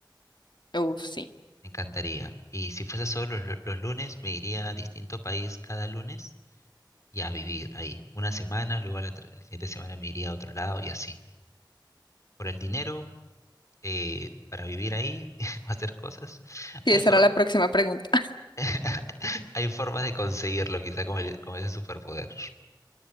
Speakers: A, on the left; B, on the left.
A: Uf, sí.
B: Me encantaría. Y si fuese solo los, los lunes, me iría a distinto país cada lunes y a vivir ahí. Una semana, luego la, tra- la siguiente semana me iría a otro lado y así. por el dinero, eh, para vivir ahí, <laughs> hacer cosas.
A: Sí,
B: Hay,
A: esa
B: for-
A: era la próxima pregunta.
B: <laughs> hay formas de conseguirlo, quizá con, el- con ese superpoder.